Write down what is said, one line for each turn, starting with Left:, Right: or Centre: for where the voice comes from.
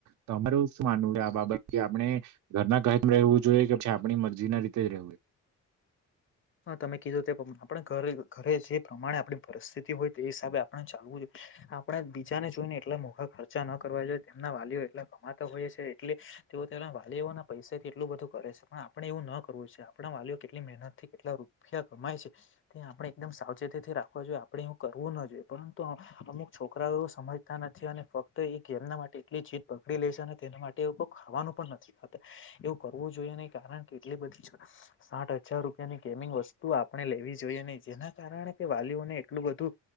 Right: તમારુ શું માનવું કે બાબત કે આપણે ઘરના જેમ રહેવું જોઈએ કે પછી આપણી મરજી ના રીતે જ રહેવું.
Left: <inaudible> હા તમે કીધો તે આપણે ઘરે ઘરે જે પ્રમાણે આપણી પરિસ્થિતિ હોય તે એ હિસાબે આપણે ચાલવું જોઈએ આપણે બીજાને જોઈને એટલા મોખા ખર્ચા ન કરવા જોઈએ તેમના વાલીઓ એટલા કમાતા હોય સે એટલે તેઓ તેના વાલીઓ ના પૈસાથી એટલું બધું કરે છે પણ આપણે એવું ન કરવું છે. આપણા વાલીઓ કેટલી મહેનત થી કેટલા રૂપિયા કમાય છે તે આપણેે એકદમ સાવચેતીથી રાખવા જોઈએ આપડે એવું કરવું ન જોઈએ પરંતુ તો અમુક છોકરાઓ સમજતા નથી અને ફક્ત એ ગેમના માટે એટલી જીત પકડી લે છે ને તેના માટે એવું ખાવાનું પણ નથી ખાતા એવું કરવું જોઈએ નહી કારણ કે એટલી બધી છા સાઠ હજાર રૂ રૂપિયા ની ગેમિંગ વસ્તુ આપણે લેવી જોઈએ નહી જેના કારણે કે વાલીઓને એટલું બધું